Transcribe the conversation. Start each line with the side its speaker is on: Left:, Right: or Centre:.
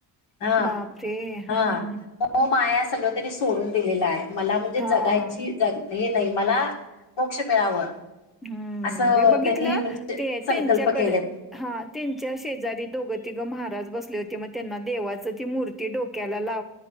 Left: हा
Centre: बापरे! हां,
Left: हा
Centre: हां,
Left: म माया सगळं तरी सोडून दिलेलं आहे. मला म्हणजे
Centre: हां.
Left: जगायची ज हे नाही मला मोक्ष मिळावं.
Centre: हं
Left: असं
Centre: मी बघितलं
Left: त्यांनी म्हणजे
Centre: ते
Left: संकल्प
Centre: त्यांच्याकडे
Left: केलेत
Centre: हा त्यांच्या शेजारी दोघ तिघं महाराज बस हो मग त्यांना देवाचं मूर्ती डोक्याला ला